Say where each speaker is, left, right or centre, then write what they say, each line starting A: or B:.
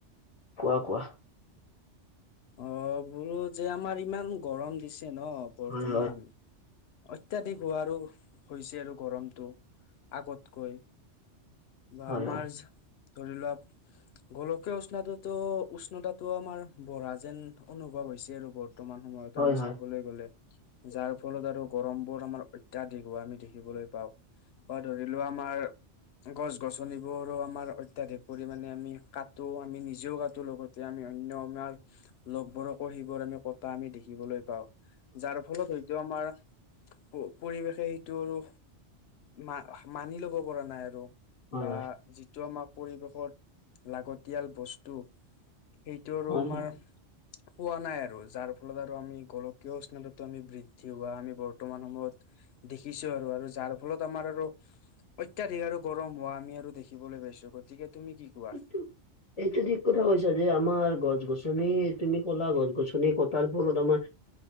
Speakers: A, on the left; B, on the left.
A: কোৱা কোৱা
B: অ বুলো যে আমাৰ ইমান গৰম দিছে ন বৰ্তমান
A: হয়
B: অত্যাধিক হোৱাৰো হৈছে আৰু গৰমতটো। আগতকৈ। বা
A: হয়
B: আমাৰ
A: হয়
B: ধৰি লোৱা গোলকীয়া উষ্ণততো উষ্ণতাটো আমাৰ বঢ়া যেন অনুভৱ হৈছে, আৰু বৰ্তমান সময়ত
A: হয়
B: আমি
A: হয় হয় হয়
B: চাবলৈ
A: হয়
B: গলে। যাৰ ফলত আৰু গৰম বোৰ আমাৰ অত্যাধিক হোৱা আমি দেখিবলৈ পাও বা ধৰি লোৱা আমাৰ গছ গছনিবোৰো আমাৰ অত্যাধিক পৰিমাণে আমি কাটো আমি নিজেও কাটো লগত তেতিয়া আমি অন্য আমাৰ লগবোৰকো সেইবোৰ আমি কটা আমি দেখিবলৈ পাওঁ। যাৰ ফলত হয়তো আমাৰ পৰিৱেশে সেইটো আৰু মা মানি লব পৰা নাই আৰু
A: হয়
B: বা
A: হয় হয়
B: যিটো আমাৰ পৰিৱেশত লাগতিয়াল বস্তু সেইটো আৰু
A: হয়
B: আমাৰ
A: হয়
B: পোৱা নাই আৰু যাৰ ফলত আৰু আমি গোলকীয় স্নানুতো আমি বৃদ্ধি হোৱা আমি বৰ্তমান সময়ত দেখিছো আৰু আৰু যাৰ। ফলত আমাৰ আৰু অত্যাধিক আৰু গৰম হোৱা আমি আৰু দেখিবলৈ পাইছো। গতিকে তুমি কি কোৱা?
A: <inaudible> এইটো ঠিক কথা কৈছা। যে আমাৰ গছ গছনি তুমি ক'লা গছ গছনি কটাৰ ফলত আমাৰ